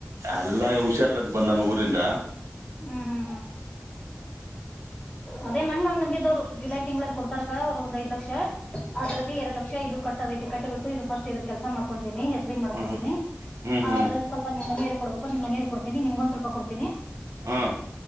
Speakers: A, on the right (about 80°); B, on the left (about 25°).
A: ಎಲ್ಲ ಹುಷಾರ್ಲ ಅಂತ ಬಂದ ನಾನು ಊರಿಂದ
B: ಹ್ಮ್ ಹ್ಮ್ ಹ್ಮ್ ಅದೇ ನಂಗ ಹಂಗ ನಂಗೆದವರು ಜುಲೈ ತಿಂಲ್ಲಿ ಕೊಡ್ತಾರ ಅವರು ಒಂದ್ ಐಲಕ್ಷ ಅದ್ರಲ್ಲಿ ಎರಡು ಲಕ್ಷ ಇದು ಕಟ್ಟದಐತಿ ಕಟ್ಟಿ ಬಿಟ್ಟು ಇದು ಫಸ್ಟ್ ಇದ್ರ ಕೆಸ ಮಾಡ್ಕೊತೀನಿ ಹೆಸರಿ ಮಾಡ್ಕೊತೀನಿ
A: ಹ್ಮ್ ಹ್ಮ್ ಹ್ಮ್
B: ಅದ್ರಲ್ಲಿ ಸ್ವಲ್ಪ ನಿಮ್ ನೀರು ಕೊಡ್ಬೇಕು ನಿಮ್ಮ ನೀರು ಕೊಡ್ತೀನಿ ನಿಮಗಂದ್ ಸ್ವಲ್ಪ ಕೊಡನಿ
A: ಹಾಂ